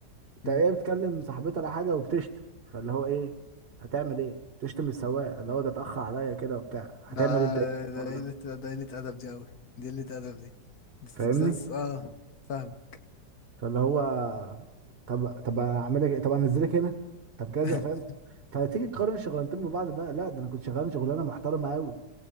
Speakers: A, on the right; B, on the left.
A: انت
B: مم.
A: ايه بتكلم صاحبتها ولا حاجه وبتشتم فاللي هو ايه هتعمل ايه بتشتم السواق اللي هو ده اتاخر عليا كده وبتاع
B: ده
A: هتعمل انت ايه في
B: ده
A: الموضوع
B: قلة
A: ده؟
B: ده قلة ادب دي قوي دي قلة ادب دي دي استفزاز
A: فاهمني
B: اه فاهم
A: فاللي هو طب طب انا اعمل لك إيه؟ طب انا انزلك هنا طب كذا
B: <laughs>
A: فاهم فتيجي تقارن الشغلانتين ببعض بقى لا ده انا كنت شغال شغلانه محترمه قوي